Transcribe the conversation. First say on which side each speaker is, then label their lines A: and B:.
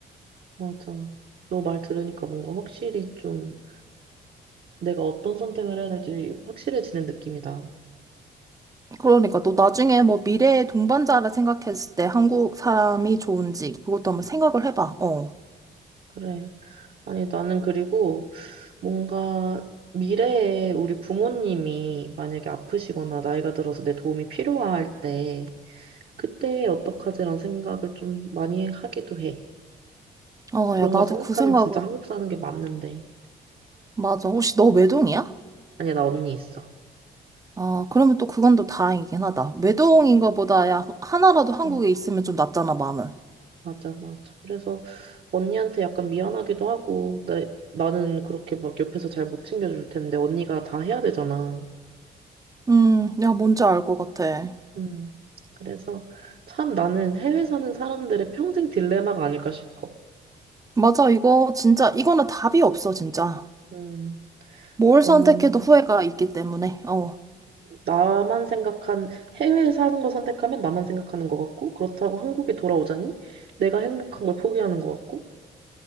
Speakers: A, on the right; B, on the right.
A: 맞아. 너 말 들으니까 뭔가 확실히 좀 내가 어떤 선택을 해야 될지 확실해지는 느낌이다.
B: 그러니까 또 나중에 뭐 미래의 동반자라 생각했을 때 한국 사람이 좋은지, 그것도 한번 생각을 해봐. 어.
A: 그래. 아니, 나는 그리고 뭔가 미래에 우리 부모님이 만약에 아프시거나 나이가 들어서 내 도움이 필요할 때 그때 어떡하지란 생각을 좀 많이 하기도 해.
B: 어,
A: 그런
B: 야, 나도
A: 걸 생각하면
B: 그 생각은,
A: 진짜 한국 사는 게 맞는데.
B: 맞아. 혹시 너 외동이야?
A: 아니, 나 언니 있어.
B: 아, 그러면 또 그건 또 다행이긴 하다. 외동인 것보다 야, 하나라도 한국에
A: 네.
B: 있으면 좀 낫잖아, 마음은.
A: 맞아, 맞아. 그래서 언니한테 약간 미안하기도 하고, 나, 나는 그렇게 막 옆에서 잘 못 챙겨줄 텐데, 언니가 다 해야 되잖아.
B: 음, 야, 뭔지 알 것 같아.
A: 음. 그래서 참 나는 해외 사는 사람들의 평생 딜레마가 아닐까 싶어.
B: 맞아, 이거 진짜, 이거는 답이 없어, 진짜.
A: 음.
B: 뭘
A: 너무
B: 선택해도 후회가 있기 때문에, 어.
A: 나만 생각한, 해외에 사는 거 선택하면 나만 생각하는 것 같고, 그렇다고 한국에 돌아오자니 내가 행복한 걸 포기하는 것 같고,